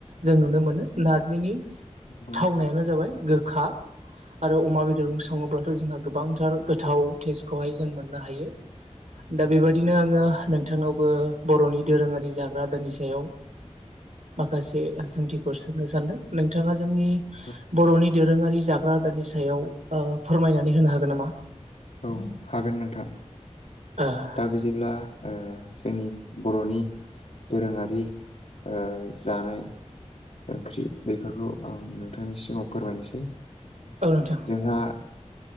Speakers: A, on the right; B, on the left.
A: जों नुनो मोनो नारजिनि थावनायानो
B: नंगौ नोंथां
A: जाबाय गोखा आरो अमा बेदरजों सङोब्ला जोंहा गोबांथार गोथाव टेस्टखौहाय जों मोननो हायो दा
B: औ
A: बेबायदिनो आङो नोंथांनावबो बर'नि दोरोङारि जाग्रा आदारनि सायाव माखासे सोंथिफोर सोंनो सानदों नोंथाङा जोंनि
B: औ
A: बर'नि दोरोङारि जाग्रा आदारनि सायाव ओ फोरमायनानै होनो हागोन नामा
B: औ हागोन नोंथां
A: ओ
B: दा बिदिब्ला ओ जोंनि बर'नि दोरोङारि ओ जानाय ओंख्रि बेफोरखौ आं नोंथांनि सिगाङाव फोरमायनोसै
A: औ नोंथां
B: जोंहा